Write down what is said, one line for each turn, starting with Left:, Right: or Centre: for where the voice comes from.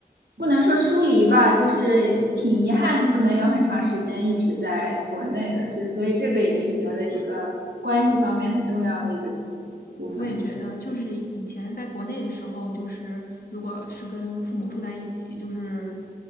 Right: 不能说疏离吧，就是挺遗憾不能有很长时间一直在国内的，就所以这个也是觉得一个关系方面很重要的一个
Left: 对，
Right: 部分。
Left: 我也觉得，就是以前在国内的时候，就是如果是跟父母住在一起，就是，